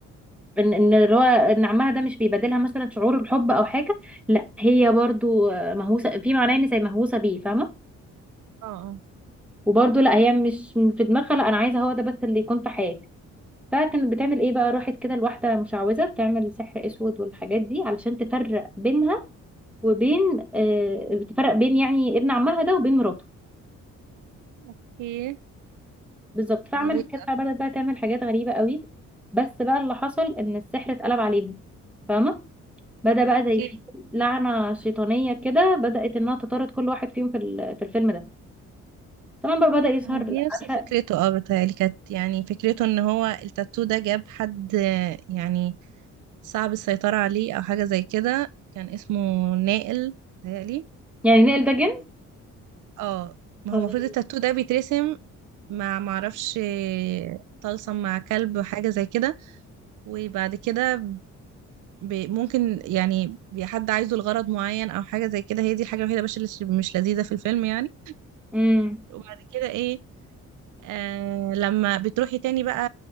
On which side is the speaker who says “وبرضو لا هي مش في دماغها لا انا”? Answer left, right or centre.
Centre